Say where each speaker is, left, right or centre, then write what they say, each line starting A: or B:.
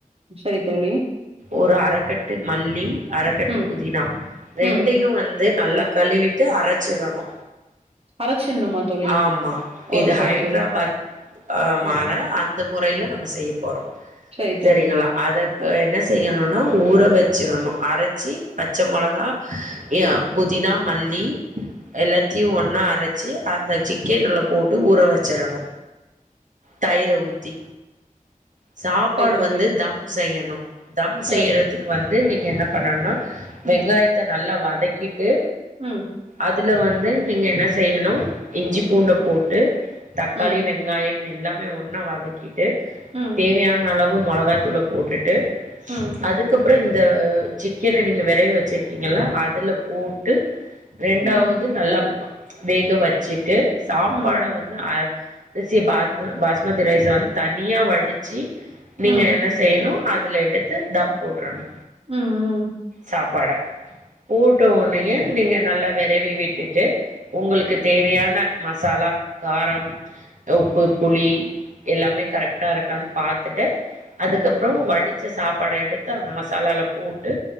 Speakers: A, on the right; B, on the right.
A: சரி தோழி.
B: ஒரு அறக்கட்டு மல்லி அறக்கட்டு
A: ம்
B: புதினா ரெண்டையு
A: ம்
B: வந் து நல்லா கழுவிட்டு அரச்சிரனு
A: அரச்சிர்ணுமா தோழி?
B: ஆம்மா
A: ஓ
B: இது
A: சரி
B: ஹைட்ராபாத்
A: தோழி.
B: ஆ மால
A: ஓ
B: அந்த முறையில நம்ம செய்ய போறோ
A: செரித்
B: சரிங்களா
A: தோழி
B: அதக்கு
A: ஓ
B: என்ன செய்யணுனா ஊற வச்சிடணு அரச்சி பச்ச மொளகா யா புதினா மல்லி எல்லாத்தியு ஒன்னா அர ச்சு அந்த சிக்கேனுல போட்டு ஊற வச்சுறனு தயிர ஊத்தி சாப்பாடு
A: சரி தோழி.
B: வந்து தம் செய்யணு தம்
A: அ
B: செய்றதுக்கு வந்து நீங்க என்ன பண்ணன்னா
A: ம்
B: வெங்காயத்த நல்லா வதகிட்டு
A: ம்
B: அதுல வந்து நீங்க என்ன செய்யணு இஞ்சி பூண்ட
A: ம்
B: போட்டு தக்காளி
A: ம்
B: வெங் காயம் எல்லாமே ஒன்னா வதக்கிட்டு
A: ம்
B: தேவயான அளவு மொளகாத்தூள போட்டுட்டு
A: ம்.
B: அதுக் கப்றோ இந்த சிக்கன நீங்க வெரவி வச்சிருக்கீங்களா அதுல போட்டு ரெண்டாவது
A: ம்.
B: நல்லா வா வேக வச்சுட்டு சாப்பாட
A: ம்
B: வந் த அ அரிசிய பாத்ம பாஸ்மதி ரைஸ் வந்து தனியா வடிச்சு
A: ம்
B: நீங்க என்ன செய்யணு அதல எடுத்து தம் போட்றணு
A: ம் ம்
B: சாப்பாட போட்ட உனையே நீங்க நல்லா வெரவி விட்டுட்டு உங்கள்க்கு தேவையான மசாலா காரம் உப்பு புளி எல்லாமே கரெக்ட்டா இருக்கான் பாத்துட்டு அதுக்கப்றோ வடிச்ச சாப்பாட எடுத்து அந்த மசாலாலா போட்டு